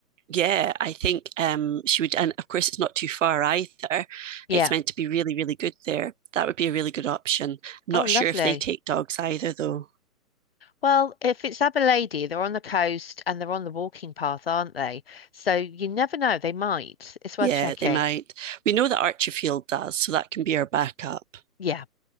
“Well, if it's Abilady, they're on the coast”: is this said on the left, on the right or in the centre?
Left